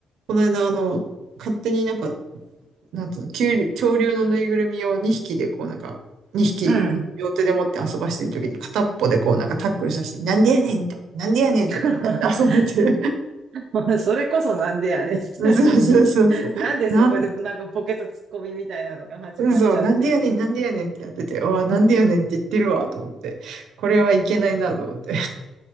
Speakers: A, on the right; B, on the right.
A: この間、あの、勝手になんか、なんつうの、恐竜恐竜のぬいぐるみを2匹で、こうなんか、2匹両手で持って遊ばしてる時に片っぽでこうなんかタックルさせて、
B: うん
A: なんでやねんとか、なんでやねんとかやって遊んでて、
B: <laughs> <laughs> それこそなんでやねんみたいな。
A: <laughs> そうそうそうそう、
B: <laughs> なんでそこでなんかポケットツッコミみたいなのが始まっちゃってる。
A: なん、そう、なんでやねん、なんでやねんってやってて、うわ、なんでやねんって言ってるわ、と思って、これはいけないな、と思って。<laughs>